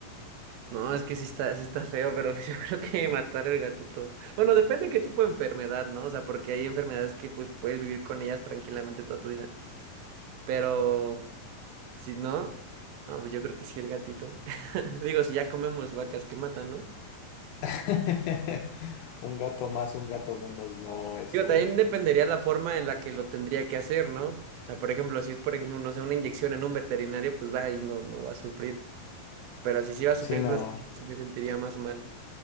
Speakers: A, on the right; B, on the left.
A: No, es que sí está, sí está feo, pero <laughs> pues yo creo que matar el gatito. Bueno, depende qué tipo de enfermedad, ¿no? O sea, porque hay enfermedades que pues puedes vivir con ellas tranquilamente toda tu vida. Pero si no, no, pues yo creo que sí el gatito. <laughs> Digo, si ya comemos vacas que matan, ¿no?
B: <laughs> Un gato más, un gato menos, no, este,
A: Digo, también dependería la forma en la que lo tendría que hacer, ¿no? O sea, por ejemplo, si es, por ejemplo, no sé, una inyección en un veterinario, pues va y no, no va a sufrir. Pero si sí va a sufrir,
B: sino,
A: no sé, sí me sentiría más mal.